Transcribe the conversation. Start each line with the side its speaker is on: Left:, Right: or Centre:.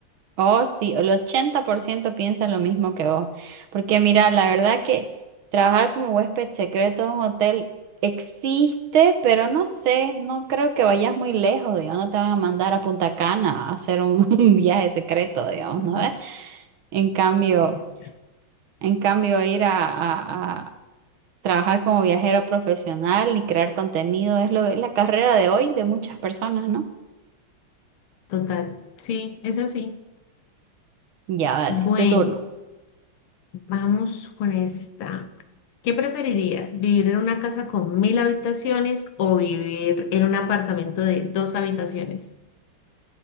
Right: oh sí, el 80% piensa lo mismo que vos. Porque mira, la verdad que trabajar como huésped secreto de un hotel existe, pero no sé, no creo que vayas muy lejos, digamos, no te van a mandar a Punta Cana a hacer un, <laughs> un viaje secreto, digamos,
Left: <laughs>
Right: ¿no ves? En cambio...
Left: Es
Right: En cambio, ir a, a- a trabajar como viajero profesional y crear contenido es lo, es la carrera de hoy de muchas personas, ¿no?
Left: total. Sí, eso sí.
Right: Ya, dale,
Left: Bueno.
Right: tu turno.
Left: Vamos con esta. ¿Qué preferirías? ¿Vivir en una casa con mil habitaciones o vivir en un apartamento de dos habitaciones?